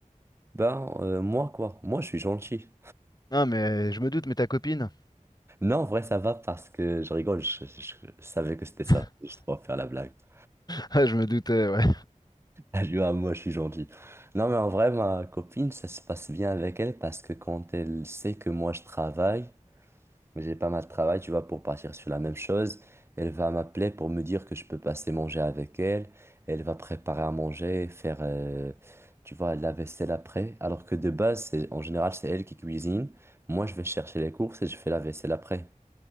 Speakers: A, on the right (about 20°); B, on the left (about 30°).
A: Ben, euh, moi, quoi? Moi, je suis gentil.
B: Non, mais je me doute, mais ta copine?
A: Non, en vrai, ça va parce que je rigole. Je, je- je savais que c'était ça.
B: <laughs>
A: Je pour faire la blague. <laughs>
B: Ah, je me doutais, ouais.
A: Je dis, ah, moi, je suis gentil. Non, mais en vrai, ma copine, ça se passe bien avec elle parce que quand elle sait que moi, je travaille, mais j'ai pas mal de travail, tu vois, pour partir sur la même chose. Elle va m'appeler pour me dire que je peux passer manger avec elle. Elle va préparer à manger, faire, euh, tu vois, la vaisselle après. Alors que de base, c'est, en général, c'est elle qui cuisine. Moi, je vais chercher les courses et je fais la vaisselle après.